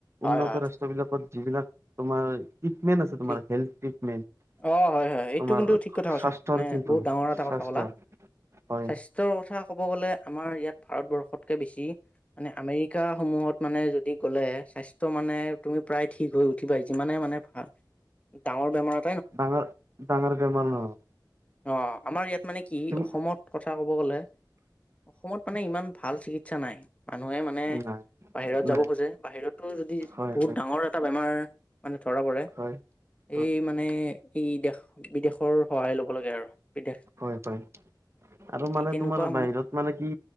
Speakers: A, on the left (about 15°); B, on the right (about 35°).
A: হয়
B: উন্নত
A: হয়
B: ৰাষ্ট্ৰ বিলাকত যিবিলাক তোমাৰ ট্ৰিটমেন্ট আছে
A: ঠিক
B: তোমাৰ হেল্থ ট্ৰিটমেন্ট
A: অ হয় হয় এইটো
B: তোমাৰ
A: কিন্তু ঠিক কথা কৈছা
B: স্বাস্থ্যৰ
A: মানে
B: কিন্তু
A: বহুত ডাঙৰ এটা
B: স্বাস্থ্যৰ
A: কথা কলা
B: হয়
A: স্বাস্থ্যৰ কথা ক'ব গ'লে আমাৰ ইয়াত ভাৰতবৰ্ষতকে বেছি মানে আমেৰিকা সমূহ ত মানে যদি গলে স্বাস্থ্য মানে তুমি প্ৰায় ঠিক হৈ উঠিবা যিমানে মানে ভ ডাঙৰ বেমাৰৰ
B: ডাঙৰ- ডাঙৰ বেমাৰ নহয়।
A: অ আমাৰ ইয়াত মানে কি
B: তুমি
A: অসমত কথা কব গলে অসমত মানে ইমান ভাল চিকিৎসা নাই। মানুহে মানে
B: নাই
A: বাহিৰত যাব
B: নাই
A: খোজে বাহিৰতটো যদি
B: হয়
A: বহুত
B: হয়
A: ডাঙৰ এটা বেমাৰ মানে ধৰা পৰে,
B: হয় হয়
A: এই মানে ই দেশ বিদেশৰ সহায় ল'ব লাগে আৰু বিদেশ
B: হয় হয়। আৰু মানে
A: এই তেনেকুৱা
B: তোমাৰ বাহিৰত মানে কি